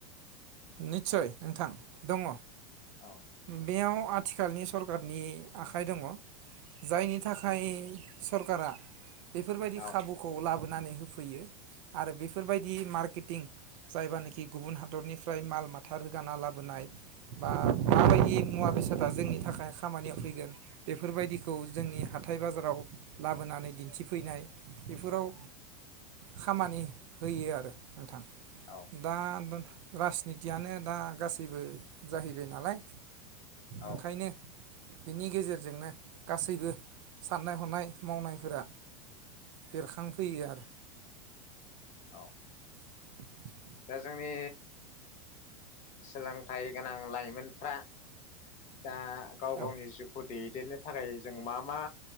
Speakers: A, on the right (about 55°); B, on the left (about 40°).
A: नितसय नोंथां दङ
B: औ
A: बेयाव आथिखालनि सरकारनि आखाइ दङ जायनि थाखाय
B: औ
A: सरकारा बेफोरबायदि
B: औ
A: खाबुखौ लाबो नानै होफैयो आरो बेफोरबायदि मार्केटिं जायबानखि गुबुन हादरनि फ्राय माल माथा रोगाना लाबोनाय बा माबायदि
B: औ
A: मुवा बेसाद दा जोंनि थाखाय खामानियाव फैगोन बेफोरबायदिखौ जोंनि ह थाय बाजाराव लाबोनानै दिन्थिफैनाय बेफोराव खामानि होयो आरो। नोंथां
B: औ
A: दा राजनितियानो दा गासैबो जाहैबाय नालाय
B: औ
A: ओंखायनो बेनि गेजेरजोंनो गासैबो सान्नाय हनाय मावनाय फोरा बेरेखांफोयो आरो।
B: औ
A: <inaudible>
B: दा जोंनि सोलोंथाइ गोनां लाइमोनफ्रा दा‌ गाव
A: औ
B: गावनि जिउखौ दैैदेननो थाखाय जों मा मा